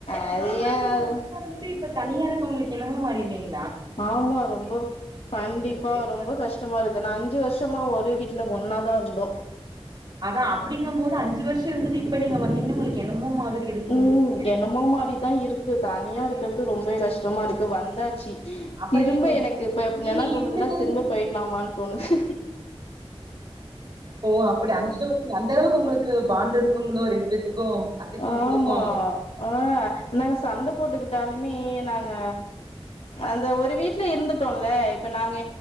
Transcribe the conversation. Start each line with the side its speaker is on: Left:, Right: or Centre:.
Left: அது
Right: இத்த நாள்
Left: ஏ
Right: நீங்க
Left: அது
Right: ஒட்டுக்கா இருந்துட்டு இப்ப தனியா இருக்க உங்களுக்கு என்னமோ மாறில்லைங்க
Left: ஆமா ரொம்ப கண்டிப்பா
Right: உங்களுக்கு இப்ப
Left: ரொம்ப கஷ்டமா இருக்கு நான் அஞ்சு வருஷமா ஒரே வீட்டு இல்ல ஒன்னாதான் இருந்தோம்
Right: அதான் அப்படிங்கும் போது அஞ்சு வருஷம் இருந்துட்டு இப்ப நீங்க வந்தீங்கன்னா உங்களுக்கு என்னமோ மாதிரி இருக்கு உங்களுக்கு
Left: உம்
Right: ஏன்னா
Left: என்னமோ
Right: நீயு
Left: மாதிரிதான்
Right: கொழந்தைங்களு
Left: இருக்கு
Right: போக
Left: தனியா
Right: ஒரு மாரி
Left: இருக்கிறது
Right: இருக்கு சகோதரி
Left: ரொம்பவே கஷ்டமா இருக்கு வந்தாச்சு
Right: அப்புறோ
Left: திரும்ப
Right: நீங்க
Left: எனக்கு இப்பப்ப
Right: நீங்க
Left: என்ன தோணுதுன்னா
Right: இருந்துட்டே
Left: திரும்ப போயிடலாமான்னு தோணுது
Right: ஓ அப்படி அந்த அளவு அந்த அளவுக்கு உங்களுக்கு பாண்டு இருக்குங்களோ ரெண்டு பேத்தக்கும் அத்தைக்கும்
Left: ஆமா
Right: உங்களுக்கும்
Left: ஆ நாங்க சண்ட போட்டுக்கிட்டாலுமே நாங்க அந்த ஒரு வீட்டு இருந்துட்டோம்ல நாங்க